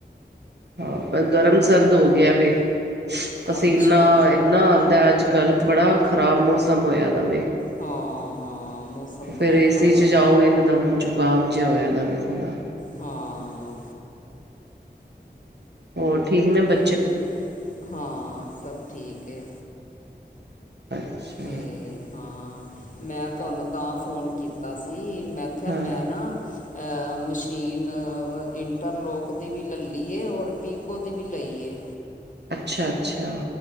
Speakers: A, on the right; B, on the left.
A: ਹਾਂ ਪਰ ਗਰਮ-ਸਰਦ ਗਿਆ ਵੇ, ਪਸੀਨਾ
B: ਅੱਛਾ
A: ਇੰਨਾ ਆਂਦਾ ਅੱਜ-ਕੱਲ੍ਹ ਕਿ ਬੜਾ ਖਰਾਬ ਮੌਸਮ ਹੋਇਆ ਵੇ।
B: ਹਾਂ, ਹਾਂ ਮੌਸਮ
A: ਫਿਰ
B: ਬੜਾ
A: ਏ
B: ਖ਼ਰਾਬ।
A: ਸੀ 'ਚ ਜਾਓ ਇਕਦਮ ਜ਼ੁਕਾਮ ਜਿਹਾ ਜਾ ਹੋ ਜਾਂਦਾ ਫੇਰ ਥੋੜ੍ਹਾ।
B: ਹਾਂ।
A: ਹੋਰ ਠੀਕ ਨੇ ਬ
B: ਚਲੋ, ਹਾਂ ਸਭ ਠੀਕ ਏ।
A: ਅੱਛਾ
B: ਤੇ ਹਾਂ ਮੈਂ ਤੁਹਾਨੂੰ ਤਾਂ ਫੋਨ ਕੀਤਾ ਸੀ ਮੈਂ ਕਹਿ
A: ਹਾਂ
B: ਮੈਂ ਨਾ ਮਸ਼ੀਨ, ਇੰਟਰਲੋਕ ਦੀ ਵੀ ਲਲਈਏ, ਔਰ ਪੀਕੋ ਦੀ ਵੀ ਲਈਏ।
A: ਅੱਛਾ-ਅੱਛਾ।